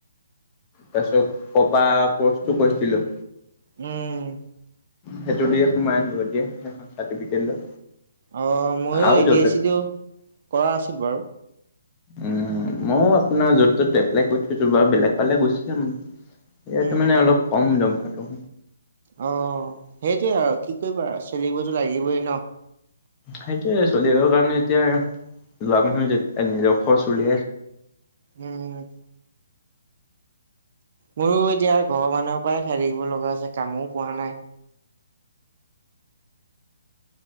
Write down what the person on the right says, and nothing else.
উম',
অহ ', ময়ো
এ
ডি এছ চিটো কৰা আছিল বাৰু।
উম
অহ ', সেইটোৱে আৰু কি কৰিবা আৰু চলিবতো লাগিবই ন।
উম', মোৰো এতিয়া ঘৰৰ মানুহৰ পৰাই খাই থাকিব লগা আছে কামো পোৱা নাই।